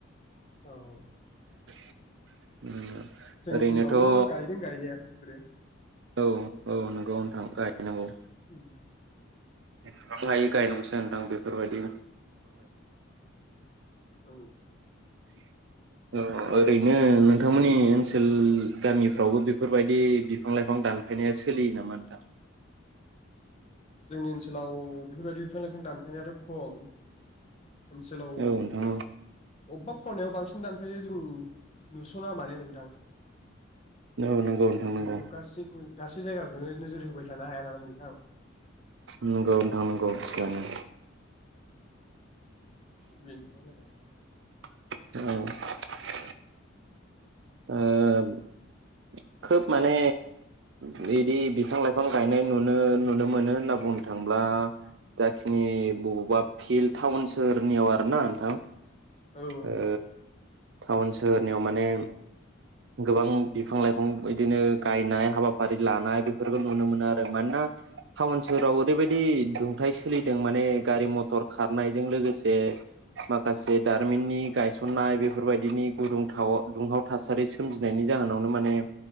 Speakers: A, on the left; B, on the right.
A: औ औ।
B: <unintelligible>
A: जोंनि
B: ओरैनोथ'
A: ओनसोलावबो
B: औ
A: गायदों गायनायाथ' बिसोरो।
B: औ औ नोंगौ नोंथां गायनांगौ।
A: उम।
B: जेसेबां हायो गायनांगौसो नोंथां बेफोरबायदिनो।
A: औ औ।
B: <unintelligible> ओरैनो। नोंथांमोननि ओनसोल गामिफ्रावबो बेफोरबायदि बिफां लाइफां दानफायनाया सोलियो नामा नोंथां।
A: जोंनि ओनसोलाव बेफोरबायदि बिफां लाइफां दानफायनायाथ' खम। ओनसोलाव
B: औ
A: अबेबा
B: नोंथां
A: खरायनायाव बांसिन दानफायो जों नुस'ना माने नोंथां
B: औ नंगौ नोंथां नंगौ।
A: जोंथ' गासै गासै जायगाखौनो नोजोर होबाय थानो हाया नालाय नोंथां।
B: नंगौ नोंथां नगौ थिगानो।
A: <inaudible>
B: औ। ओ खोब माने बिदि बिफां लाइफां गायनाय नुनो नुनो मोनो होनना बुंनो थाङोब्ला जाखिनि बबावबा फिल्ड टाउन सोहोरनियाव आरोना नोंथां
A: आरो औ
B: ओ। टाउन सोहोरनियाव माने। गोबां बिफां लाइफां बिदिनो गायनाय हाबाफारि लानाय बेफोरखौ नुनो मोनो आरो मानोना टाउन सोहराव ओरैबायदि दुंथाइ सोलिदों माने गारि मथर खारनायजों लोगोसे माखासे दारिमिननि गायसननाय बेफोरबायदिनि गुदुंथाव दुंहाव थासारि सोलि। सोमजिनायनि जाहोनावनो माने